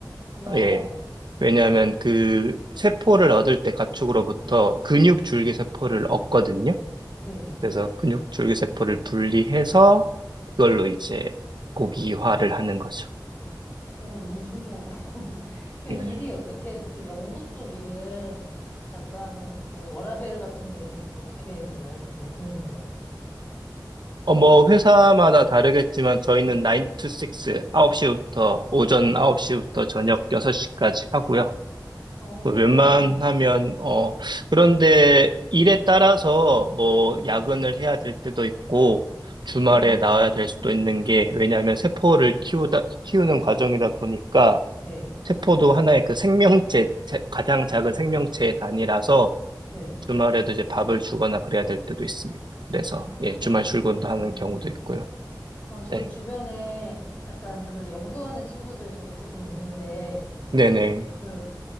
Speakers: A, on the left; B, on the right.
A: 와,
B: 예. 왜냐하면 그 세포를 얻을 때 가축으로부터 근육 줄기
A: 네,
B: 세포를 얻거든요.
A: 네네.
B: 그래서 근육 줄기 세포를 분리해서 그걸로 이제 고기화를 하는 거죠.
A: 어, 너무 신기하다. <laughs> 그
B: 네.
A: 일이 어떻게 그쪽 연구 쪽 일은 약간 그 워라밸 같은 게 좀 어떻게 되나요? 좀 되게 궁금해요.
B: 어, 뭐 회사마다 다르겠지만 저희는 9 to 6, 홉시부터 오전 9시부터 저녁 6시까지 하고요.
A: 아,
B: 그
A: 그렇구나.
B: 웬만하면, 어, 그런데 일에 따라서 뭐 야근을
A: 네.
B: 해야 될 때도 있고, 주말에
A: 음,
B: 나와야 될 수도 있는 게, 왜냐하면 세포를 키우다, 키우는 과정이다 보니까,
A: 네,
B: 세포도 하나의 그 생명체, 제- 가장 작은 생명체의 단위라서,
A: 네.
B: 주말에도 이제 밥을 주거나 그래야 될 때도 있습니다. 그래서,
A: 아,
B: 예, 주말
A: 그렇구나.
B: 출근도 하는 경우도 있고요.
A: 아, 저
B: 네.
A: 주변에 약간 그 연구하는 친구들 저도 조금 있는데,
B: 네네.
A: 그, 그